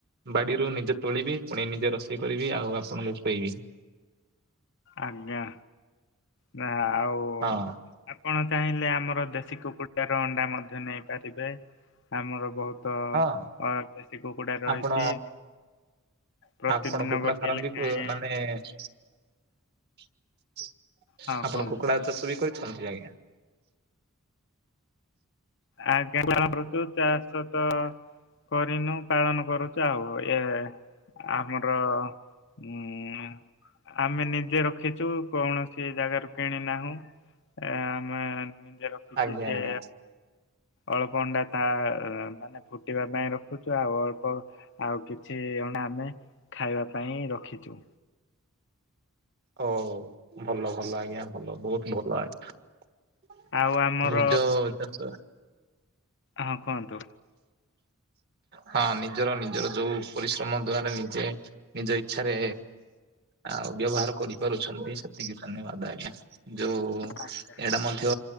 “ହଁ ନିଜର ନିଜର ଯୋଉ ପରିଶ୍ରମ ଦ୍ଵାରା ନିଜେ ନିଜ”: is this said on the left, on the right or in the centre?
Right